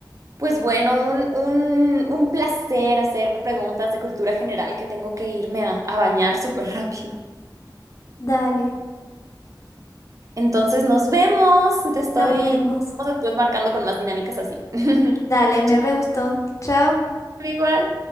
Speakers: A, on the right; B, on the left.
A: Pues bueno, un, un, un placer hacer preguntas de cultura general que tengo que irme a, a bañar súper rápido.
B: dale,
A: Entonces nos vemos, te estoy,
B: nos vemos.
A: nos estoy marcando con más dinámicas así. <laughs>
B: Dale, me
A: Chao,
B: re gustó. Chao.
A: igual.